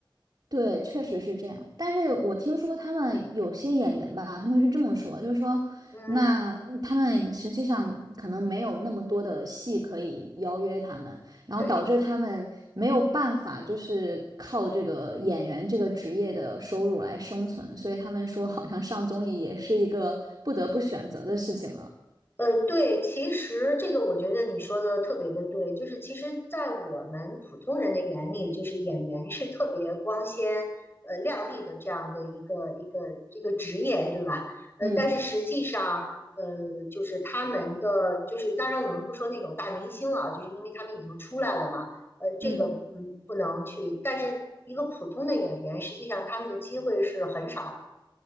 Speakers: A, on the right; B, on the left.
A: 对，确实是这样。但是我听说他们有些演员吧，他们是这么说，就是说，
B: 嗯，
A: 那他们实际上可能没有那么多的戏可以邀约他们，然后导致他们没有办法，
B: 对。
A: 就是靠这个演员这个职业的收入来生存，所以他们说，好像上综艺也是一个不得不选择的事情了。
B: 呃，对，其实这个我觉得你说的特别的对，就是其实，在我们普通人的眼里，就是演员是特别光鲜、呃亮丽的这样的一个一个这个职业，对吧？呃，
A: 嗯
B: 但是实际上，呃，就是他们的，就是当然我们不说那种大明星了，就是因为他们已经出来了嘛，呃，这个嗯不能去，
A: 嗯。
B: 但是一个普通的演员，实际上他们的机会是很少的。